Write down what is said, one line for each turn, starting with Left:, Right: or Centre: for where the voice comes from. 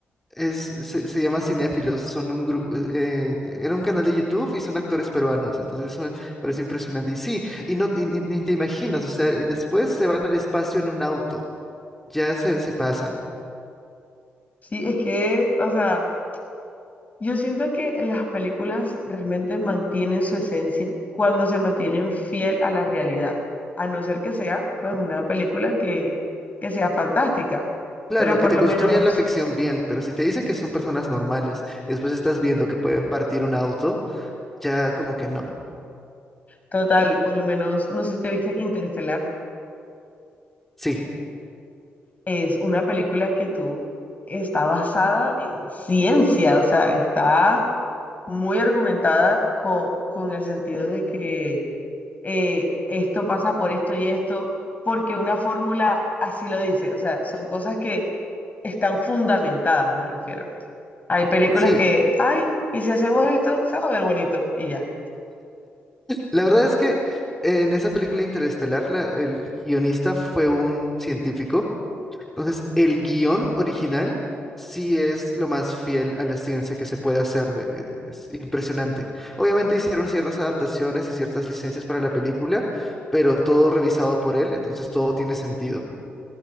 Centre: es, se, se llama Cinéfilos, son un grupo... eh, eh, era un canal de YouTube y son actores peruanos, entonces eso me parece impresionante. Y sí, y no, y ni ni te imaginas, o sea, y después se van al espacio en un auto, ya se, se pasan.
Left: Sí, es que, o sea, Yo siento que las películas realmente mantienen su esencia cuando se mantienen fiel a la realidad, a no ser que sea pues una película que, que sea fantástica,
Centre: Claro,
Left: pero por
Centre: que te
Left: lo
Centre: construyan
Left: menos,
Centre: la ficción bien, pero si te dicen que son personas normales y después estás viendo que pueden partir un auto, ya como que no.
Left: total, por lo menos, no sé si te viste Interestelar,
Centre: Sí,
Left: es una película que tú está basada en ciencia, o sea, está muy argumentada con, con el sentido de que eh, esto pasa por esto y esto, porque una fórmula así lo dice. O sea, son cosas que están fundamentadas, me refiero. Hay películas
Centre: sí.
Left: que, ay, y si hacemos esto, se va a ver bonito y ya.
Centre: La verdad es que en esa película Interestelar, la- el guionista fue un científico. Entonces, el guión original sí es lo más fiel a la ciencia que se puede hacer. de- de- es impresionante. Obviamente hicieron ciertas adaptaciones y ciertas licencias para la película, pero todo revisado por él, entonces todo tiene sentido.